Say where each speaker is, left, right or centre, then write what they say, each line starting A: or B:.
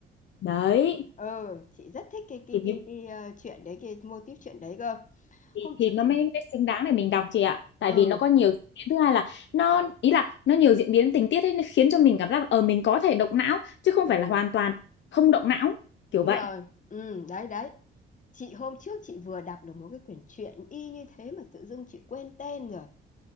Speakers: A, on the left; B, on the left.
A: đấy
B: ừ chị rất thích cái cái
A: thì
B: cái
A: cái
B: cái ờ, chuyện đấy cái mô típ chuyện đấy cơ
A: thì,
B: hôm
A: thì
B: trước
A: nó
B: chị
A: mới mới xứng đáng để mình đọc chị ạ tại
B: ừ
A: vì nó có nhiều diễn biến. thứ hai là nó ý là nó nhiều diễn biến tình tiết ấy nó khiến cho mình cảm giác là ờ mình có thể động não chứ không
B: ừ
A: phải là hoàn toàn không động não kiểu
B: đúng
A: vậy
B: rồi ừ đấy đấy chị hôm trước chị vừa đọc được một cái quyển truyện y như thế mà tự dưng chị quên tên rồi